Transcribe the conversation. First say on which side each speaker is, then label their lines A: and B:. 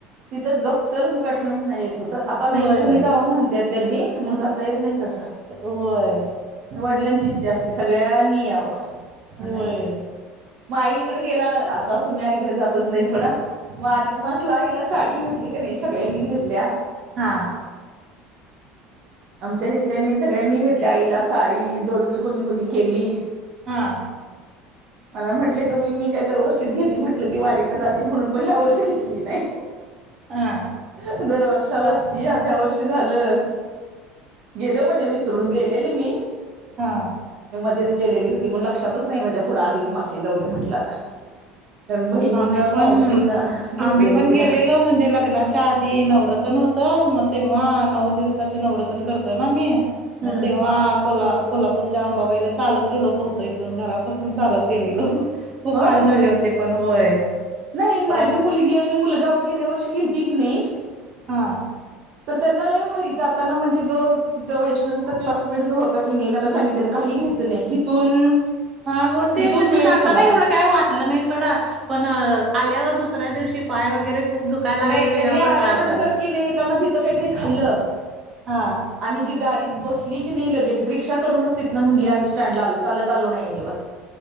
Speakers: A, on the right; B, on the right.
A: तिथं गप् चल मुकाटण म्हणा येत होत आता नाही
B: होय
A: तुम्ही
B: होय
A: जाव म्हणता त्यांनी मग जाता येत नाही तस
B: होय
A: वडिलांची इच्छा असती सगळ्यांनी यावं
B: होय
A: नाही मग आई इकडे गेला आता तुम्ही आईकडे जातच नाही सोडा मग आधी तुमला गेला साडी घेतली का नाही सगळ्यांनी घेतल्या
B: हा
A: आमच्या इथल्यांनी सगळ्यांनी घेतल्या आईला साडी जोडवी कुणी कुणी केली
B: हा
A: मला म्हटले तुम्ही मी काय दरवर्षीच घेते म्हटलं ती वारीला जाते म्हणून पण ह्या वर्षी घेतली नाही
B: हां,
A: दरवर्षी कशाला असती ह्या वर्षी झालं गेल म्हणजे विसरून गेलेली मी
B: हा
A: च गेलेली होती मण लक्षातच नाही माझ्या पुढं अधिक मासे जाऊ दे म्हटलं आता कारण बहिणीनं
B: आम्ही पण
A: मावशीनं घेतलेली
B: आम्ही पण
A: तिला
B: गेलेलो म्हणजे लग्नात. च्या आधी नवरातन होतं मग तेव्हा नऊ दिवसाचे नवरत्न करतोय ना मी म
A: हम्म
B: तेव्हा कोला कोल्हापूर. आंबाबाईला चालत गेलो होतो इथून घरापासून चालत गेलेलो खूप
A: होय
B: हाल झाले होते. पण होय.
A: नाही माझी
B: रात
A: मुलगी आणि मुलगा गेल्या वर्षी गेलती की नाही.
B: हा.
A: तर त्यांना लय भारी जाताना म्हणजे जो तिचा वैष्णवीचा क्लासमेट जो होता की नाही त्यांना सांगितलेलं काही घ्यायच नाही हिथून.
B: हा हो ते
A: हिथून
B: म्हणजे
A: वेळ
B: जाताना
A: झाला
B: एवढं काही वाटलं नाही सोडा पण आल्यावर दुसऱ्या दिवशी पाय वगैरे. खूप दुखायला लागले
A: नाही
B: त्याच्यामुळे
A: त्यांनी आल्यानंतर
B: त्रास झालाय.
A: कि नाही त्यांना तिथं काहीतरी खाल्लं.
B: हा.
A: आणि जी गाडीत बसली की नाही लगेच रिक्षा करूनच तितन ना म्हली आम्ही स्टँडला आलो चालत आलो नाही अजिबात.